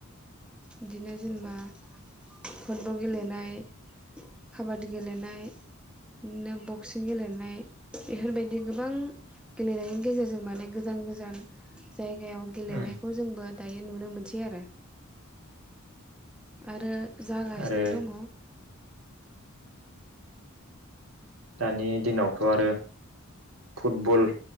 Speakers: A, in the centre; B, on the right.
A: बिदिनो जेनेबा
B: नंगौ
A: फुटबल गेलेनाय काबादि गेलेनाय, इदिनो बक्सिं गेलेनाय बेफोरबायदि गोबां गेलेनायनि गेजेरजों माने गोजान गोजान जायगायाव गेलेनायखौ
B: उम
A: जोंबो दायो नुनो मोनसै आरो। आरो जागासिनो
B: आरो
A: दङ।
B: दानि दिनावथ' आरो फुटबल